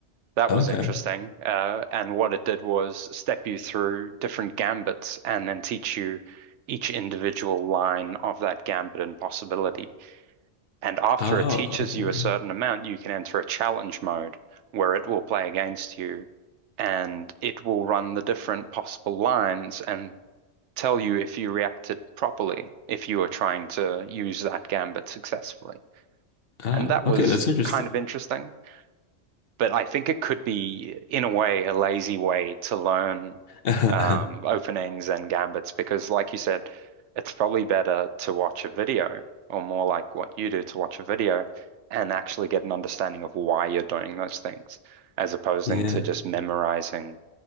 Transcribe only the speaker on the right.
that
was interesting. Uh, and what it did was step you through different gambits and then teach you each individual line of that gambit and possibility. And after
it teaches
you a certain amount, you can enter a challenge mode where it will play against you and it will run the different possible lines and tell you if you reacted properly, if you were trying to use that gambit successfully.
And that was
kind of interesting but I think it could be, in a way, a lazy way to learn
um, openings and gambits because, like you said, it's probably better to watch a video or more like what you do to watch a video and actually get an understanding of why you're doing those things as opposing
to just memorizing